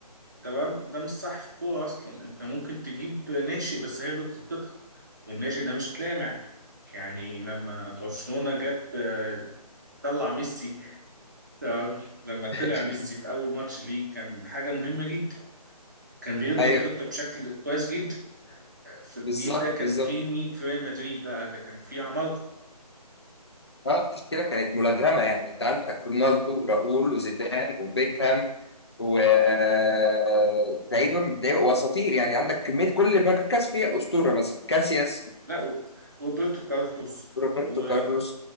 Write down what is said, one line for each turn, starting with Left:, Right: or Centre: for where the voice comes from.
Right: تمام ده مش صح في الكوره اصلا انت ممكن تجيب ناشئ بس هيخدم خطتك والناشئ ده مش لامع يعني لما برشلونه جاب آه، طلع ميسي تمام لما طلع
Left: <laughs>
Right: ميسي في اول ماتش ليه كان حاجه مهمه جدا كان بيخدم
Left: أيوه
Right: الخطه بشكل كويس جدا في الجيل
Left: بالظبط
Right: ده كان
Left: بالظبط
Right: فيه مين في ريال مدريد بقى ده كان فيه عمالقه
Left: أه التشكيلة كانت ملغمة يعني أنت عندك رونالدو وراؤول وزيدان وبيكهام و آه، لعيبة لعيبة وأساطير يعني عندك كمية كل مركز فيها أسطورة مثلا كاسياس
Right: لا و- وروبرتو كارلوس
Left: روبرتو
Right: و...
Left: كارلوس